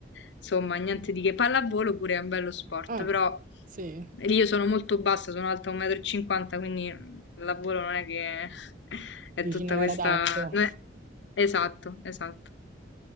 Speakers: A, on the left; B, on the right.
A: insomma, niente di che. Pallavolo pure è un bello sport,
B: ah,
A: però
B: sì.
A: lì io sono molto bassa, sono alta 1,50 m, quindi mm, pallavolo non è che <laughs> è
B: Dici
A: tutta
B: non
A: questa...
B: era adatto.
A: non è- Esatto, esatto.